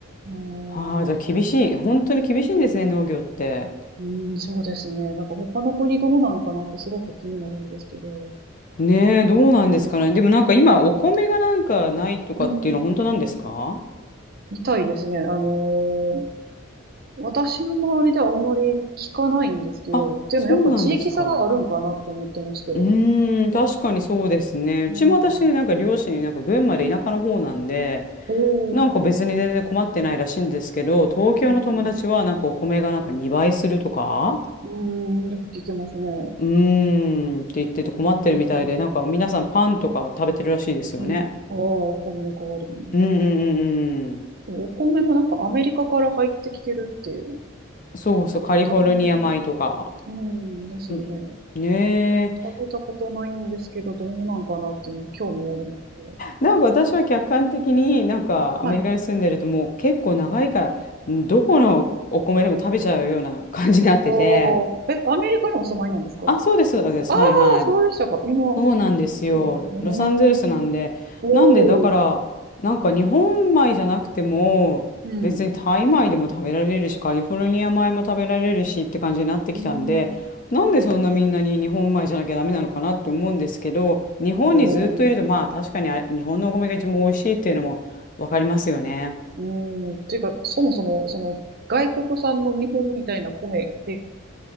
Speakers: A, on the right; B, on the left.
A: うーんと、
B: はあ、じゃあ厳しい。本当に厳しいんですね、農業って。
A: うん、そうですね。なんか他の国どうなんかなってすごく気になるんですけど、
B: ねえ、どうなんですかね。
A: なんかね、
B: でもなんか今、お米がなんかないとかっていうのは本当なんですか
A: うん、みたいですね。あの私の周りではあんまり聞かないんですけど、
B: あ、
A: っていうのはやっぱ地域差があるんかなって思ってまして。
B: そうなんですか。うーん、確かにそうですね。うちも私、
A: うん。
B: なんか両親、なんか群馬で田舎の方なんで、
A: おー。
B: なんか別に全然困ってないらしいんですけど、東京の友達はなんかお米がなんか2倍するとか、
A: うん。うん。うーん、よく聞きますね。
B: うーんって言ってて困ってるみたいで、
A: へえ。
B: なんか皆さんパンとか食べてるらしいですよね。
A: うん。ああ、お米の代わりに。
B: うんうんうんうん。
A: でもお米もなんかアメリカから入ってきてるって、
B: そうそう、
A: だからたまに、
B: カリフォルニア米とか。
A: うん、ですよね。
B: うん。ねえ。
A: 食べたことないんですけど、どうなんかなっていうのは興味ありますね。
B: なんか私は客観的になんかアメリカに住んでるともう結構長いから、
A: はい。あ
B: んどこのお米でも食べちゃうような感じになってて。
A: あ、え、アメリカにお住まいなんですか
B: あ、そうです、そうです。
A: ああー、
B: はいはい。
A: そうでしたか。今、
B: そうなんですよ。
A: そうね。
B: ロサンゼルスなんで。
A: んおー。
B: なんで、だから、なんか日本米じゃなくても、
A: うん。
B: 別にタイ米でも食べられるし、カリフォルニア米も食べられるしって感じになってきたんで、
A: うん。
B: なんでそんなみんなに日本米じゃなきゃダメなのかなって思うんですけど、日本にずっといると、
A: おー。
B: まあ確かにあれ日本のお米が一番美味しいっていうのもわかりますよね。
A: うん。ていうか、そもそも、その、外国産の日本みたいな米って